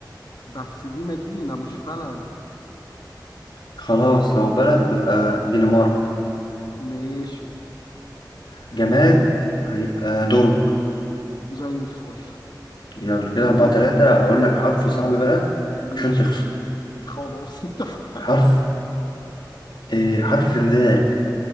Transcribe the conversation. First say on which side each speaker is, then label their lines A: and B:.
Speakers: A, on the left; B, on the left.
A: بس دي مدينة مش بلد
B: خلاص لو بلد هتبقى دنمارك
A: ماشي
B: جماد هيبقى درج
A: زي الفل
B: يلا
A: م-
B: كده أربعة
A: مم...
B: تلاتة هقول لك حرف صعب بقى
A: ماشي
B: عشان تخسر
A: خلاص <laughs> اتفقنا
B: حرف إيه حرف الذال